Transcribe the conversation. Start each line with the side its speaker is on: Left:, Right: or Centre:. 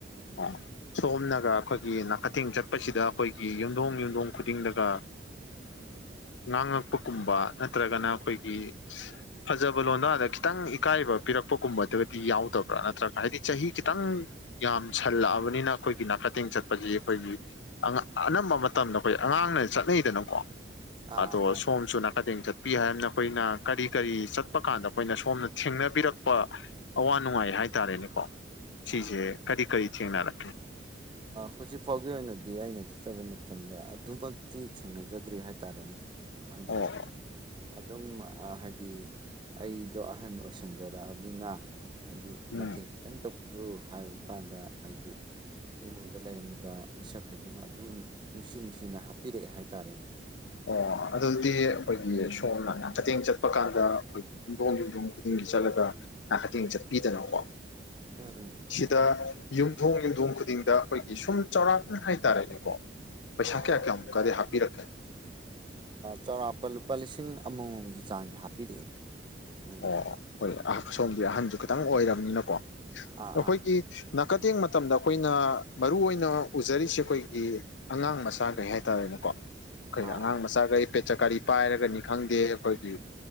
Left: ꯑꯥ ꯁꯣꯝꯅꯒ ꯑꯩꯈꯣꯏꯒꯤ ꯅꯥꯀꯊꯦꯡ ꯆꯠꯄꯁꯤꯗ ꯑꯩꯈꯣꯏꯒꯤ ꯌꯨꯝꯊꯣꯡ ꯌꯨꯝꯊꯣꯡ ꯈꯨꯗꯤꯡꯗꯒ ꯉꯥꯡꯉꯛꯄꯒꯨꯝꯕ ꯅꯠꯇ꯭ꯔꯒꯅ ꯑꯩꯈꯣꯏꯒꯤ ꯐꯖꯕ ꯂꯣꯟꯗ ꯈꯤꯇꯪ ꯏꯀꯥꯏ ꯏꯀꯥꯏꯕ ꯄꯤꯔꯛꯄꯒꯨꯝꯕꯗꯒꯗꯤ ꯌꯥꯎꯗꯕ꯭ꯔꯥ ꯅꯠꯇ꯭ꯔꯒ ꯍꯥꯏꯗꯤ ꯆꯍꯤ ꯈꯤꯇꯪ ꯌꯥꯝ ꯁꯜꯂꯛꯑꯕꯅꯤꯅ ꯑꯩꯈꯣꯏꯒꯤ ꯅꯥꯀ ꯇꯦꯡ ꯆꯠꯄꯁꯤ ꯑꯩꯈꯣꯏꯒꯤ ꯑꯅꯝꯕ ꯃꯇꯝꯗ ꯑꯩꯈꯣꯏ ꯑꯉꯥꯡꯅ ꯆꯠꯅ ꯗ ꯅꯀꯣ ꯑꯗꯣ
Right: ꯑꯥ ꯑꯥ ꯃꯥꯅꯤ
Left: ꯁꯣꯝꯁꯨ ꯅꯥꯀꯗ ꯆꯠ ꯄꯤ ꯍꯥꯏꯕꯅ ꯑꯩꯈꯣꯏꯅ ꯀꯔꯤ ꯀꯔꯤ ꯆꯠꯄ ꯀꯥꯟꯗ ꯑꯩꯈꯣꯏꯅ ꯁꯣꯝꯅ ꯊꯦꯡꯅꯕꯤꯔꯛꯄ ꯑꯋꯥ ꯅꯨꯡꯉꯥꯏ ꯍꯥꯏ ꯍꯥꯏꯇꯥꯔꯦꯅꯦꯀꯣ ꯁꯤꯖꯦ
Right: ꯑꯥ
Left: ꯀꯔꯤ ꯀꯔꯤ ꯊꯦꯡꯅꯔꯛꯀꯦ
Right: ꯍꯧꯖꯤꯛ ꯐꯥꯎꯒꯤ ꯑꯣꯏꯅꯗꯤ ꯑꯩꯅ ꯆꯠꯆꯕ ꯃꯇꯝꯗ ꯑꯗꯨꯃꯛꯇꯤ ꯊꯦꯡꯅꯖꯗ꯭ꯔꯤ ꯍꯥꯏꯇꯥꯔꯦꯅꯦ ꯍꯥꯏꯗꯤ
Left: ꯑꯣ ꯑꯣ
Right: ꯑꯗꯨꯝ ꯍꯥꯏꯗꯤ ꯑꯩꯗꯣ ꯑꯍꯟ ꯑꯣꯏꯁꯟꯖꯔꯛꯑꯕꯅꯤꯅ ꯍꯥꯏꯗꯤ
Left: ꯎꯝ
Right: ꯃꯇꯦꯡ ꯈꯤꯇꯪ ꯇꯧꯕꯤꯌꯨ ꯍꯥꯏꯔꯕ ꯀꯥꯟꯗ ꯍꯥꯏꯗꯤ ꯏꯃꯨꯡꯗ ꯂꯩꯔꯝꯃꯤꯕ ꯃꯤꯁꯛꯈꯩꯗꯨꯅ ꯑꯗꯨꯝ ꯅꯨꯡꯁꯤ ꯅꯨꯡꯁꯤꯅ ꯍꯥꯞꯄꯤꯔꯛꯑꯦ ꯍꯥꯏꯇꯥꯔꯦꯅꯦ
Left: ꯑꯣ ꯑꯗꯨꯗꯤ ꯑꯩꯈꯣꯏꯒꯤ ꯁꯣꯝꯅ ꯅꯀꯗꯦꯡ ꯆꯠꯄ ꯀꯥꯟꯗ ꯑꯩꯈꯣꯏ ꯌꯨꯝꯗꯣꯡ ꯌꯨꯝꯊꯣꯡ ꯈꯨꯗꯤꯡ ꯆꯠꯂꯒ ꯅꯈꯇꯦꯡ ꯆꯠꯄꯤꯗꯅꯀꯣ
Right: ꯎꯝ ꯎꯝ
Left: ꯁꯤꯗ ꯌꯨꯝꯊꯣꯡ ꯌꯨꯝꯊꯣꯡ ꯈꯨꯗꯤꯡꯗ ꯑꯩꯈꯣꯏꯒꯤ ꯁꯨꯝ ꯆꯥꯎꯔꯥꯛꯅ ꯍꯥꯏꯇꯥꯔꯦꯅꯦꯀꯣ ꯄꯩꯁꯥꯀꯌꯥ
Right: ꯑꯥ ꯑꯥ
Left: ꯀꯌꯥꯃꯨꯀꯥꯗ ꯍꯥꯞꯄꯤ ꯔꯛꯀꯦ
Right: ꯆꯥꯎꯔꯥꯛꯄ ꯂꯨꯄꯥ ꯂꯤꯁꯤꯡ ꯑꯃꯃꯝꯒꯤ ꯆꯥꯡ ꯍꯥꯞꯄꯤꯔꯛꯑꯦ ꯃꯣꯏ
Left: ꯑꯣ ꯍꯣꯏ ꯁꯣꯝꯗꯤ ꯑꯍꯟꯁꯨ ꯈꯤꯇꯪ ꯑꯣꯏꯔꯕꯅꯤꯅꯀꯣ
Right: ꯑꯥ
Left: ꯑꯩꯈꯣꯏꯒꯤ
Right: ꯑꯥ
Left: ꯀꯇꯦꯡ ꯃꯇꯝꯗ ꯑꯩꯈꯣꯏꯅ ꯃꯔꯨ ꯑꯣꯏꯅ ꯎꯖꯔꯤꯁꯦ ꯑꯩꯈꯣꯏꯒꯤ ꯑꯉꯥꯡ ꯃꯆꯥꯒꯩ ꯍꯥꯏꯇꯥꯔꯦꯅꯦꯀꯣ ꯑꯩꯈꯣꯏꯅ
Right: ꯑꯥ
Left: ꯑꯉꯥꯡ
Right: ꯑꯥ
Left: ꯃꯆꯥꯒꯩ ꯄꯦꯆꯀꯥꯔꯤ ꯄꯥꯏꯔꯒꯅꯤ ꯈꯪꯗꯦ ꯑꯩꯈꯣꯏꯒꯤ